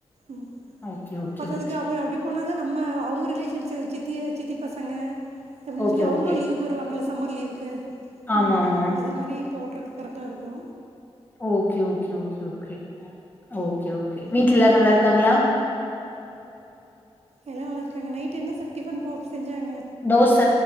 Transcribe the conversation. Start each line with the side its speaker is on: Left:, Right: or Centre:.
Right: ம்
Left: ஓகே ஓகே
Right: பத்தாதுக்கு
Left: ஓகே
Right: அப அப்டி போனாதா நம்ம அவுங்க ரிலேஷன்ஸு சித்திய சித்தி பசங்க அப்டின்
Left: ஓகே
Right: சொல்லி அவுங்களு
Left: ஓகே
Right: லீவுக்கு வருவாங்கல சம்மர் லீவுக்கு
Left: ஆமா
Right: ம்
Left: ஆமா
Right: அது மாரி போட்றக்கு கரெக்டா இருக்கு
Left: okay okay okay okay okay okay வீட்ல
Right: இங்கேயும்
Left: எல்லாரு
Right: அப்படி
Left: நல்லாருக்காங்களா?
Right: தான் எல்லா நல்லாருக்காங்க நைட்டு என்ன ச டிஃபன் போ செஞ்சாங்க
Left: தோச